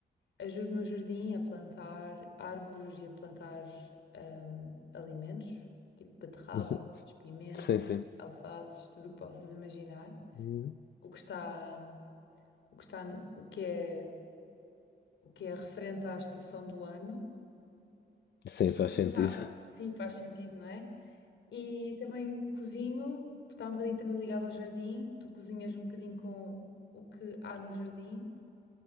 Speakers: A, on the left (about 85°); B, on the left (about 65°).
A: ajudo no jardim a plantar árvores e a plantar ahm, alimentos, tipo beterraba,
B: <laughs> uhum.
A: espimento
B: Sim, sim.
A: alfaces, tudo o que possas imaginar.
B: Uhum.
A: O que está, o que está, o que é, o que é referente à estação do ano.
B: Sim,
A: O
B: faz sentido.
A: Sim, faz sentido, não é? E também cozinho, porque está um bocadinho também ligado ao jardim. Tu cozinhas um bocadinho com o que há no jardim,